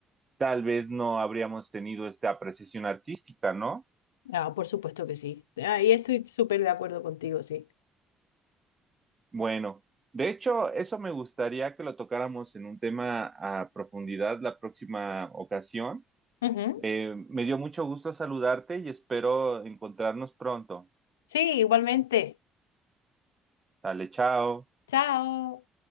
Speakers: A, on the right; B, on the left.
A: tal vez no habríamos tenido esta apreciación artística, ¿no?
B: ah, por supuesto que sí. Ahí estoy súper de acuerdo contigo, sí.
A: Bueno, de hecho, eso me gustaría que lo tocáramos en un tema a profundidad la próxima ocasión.
B: Ujú.
A: Eh, me dio mucho gusto saludarte y espero encontrarnos pronto.
B: Sí, igualmente.
A: Dale, chao.
B: Chao.